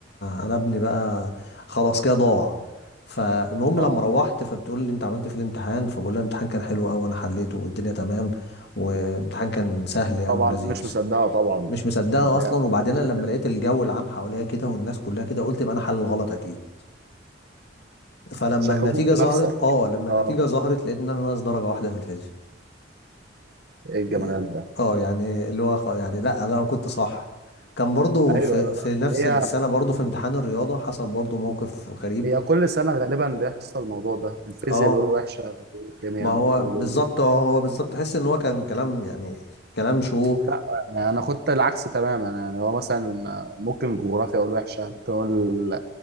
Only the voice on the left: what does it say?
آه، انا ابني بقى خلاص كده ضاع فالمهم
لما روحت فبتقول لي انت عملت إيه في الامتحان فبقول لها الامتحان كان حلو قوي انا حليته والدنيا تمام والامتحان كان سهل يعني
ولذيذ
مش مصدقها
اصلا وبعدين
أنا لما لقيت الجو العام حواليا كده والناس كلها كده قلت يبقى انا حل الغلط اكيد فلما
النتيجه
ظهرت
اه لما النتيجه
ظهرت لقيت ان انا ناقص درجه واحده في الفيزياء
إيه.
اه يعني اللي هو خ- يعني لا انا كنت صح كان برضو
في في
نفس
السنه برضو في امتحان الرياضه حصل برضو موقف غريب
اه
ما هو
بالظبط اه هو بالظبط تحس ان هو كان كلام يعني كلام شو